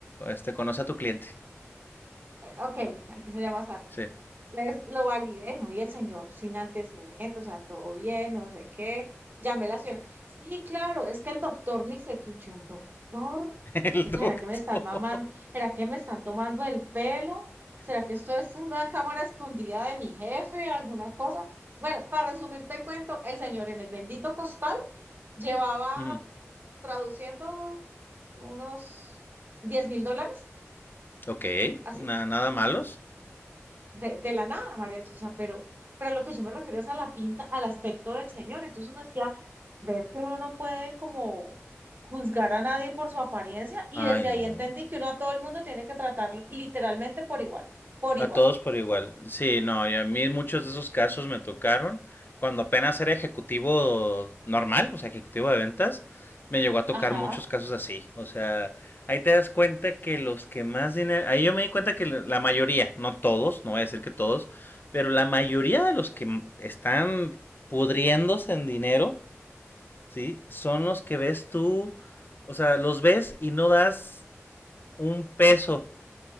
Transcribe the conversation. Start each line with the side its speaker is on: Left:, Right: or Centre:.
Left: Este, conoce a tu cliente.
Right: Ok, aquí se llama
Left: Sí.
Right: Les lo validé, oye, el señor sin antecedentes, o sea, todo bien, no sé qué. Llamé a la señora. Sí, claro, es que el doctor ni se quichó. ¿El doctor?
Left: <laughs> El
Right: Es
Left: doctor.
Right: que, ¿Será que me están mamando? ¿Será que me están tomando el pelo? ¿Será que esto es una cámara escondida de mi jefe? ¿Alguna cosa? Bueno, para resumirte el cuento, el señor en el bendito costal llevaba
Left: Ujú.
Right: traduciendo unos diez mil dólares,
Left: Ok,
Right: así.
Left: na- nada malos.
Right: de, de la nada, mariachi, o sea, pero, pero a lo que yo me refiero es a la pinta, al aspecto del señor. Entonces uno decía, ves que uno no puede como juzgar a nadie por su apariencia y
Left: Ay,
Right: desde
Left: no.
Right: ahí entendí que uno a todo el mundo tiene que tratarlo literalmente por igual, por
Left: A
Right: igual.
Left: todos por igual. Sí, no, y a mí muchos de esos casos me tocaron cuando apenas era ejecutivo normal, o sea, ejecutivo de ventas, me llegó a tocar
Right: Ajá,
Left: muchos casos así. O sea, ahí te das cuenta que los que más dinero, ahí yo me di cuenta que la la mayoría, no todos, no voy a decir que todos, pero la mayoría de los que m- están pudriéndose en dinero ¿sí? Son los que ves tú, o sea, los ves y no das un peso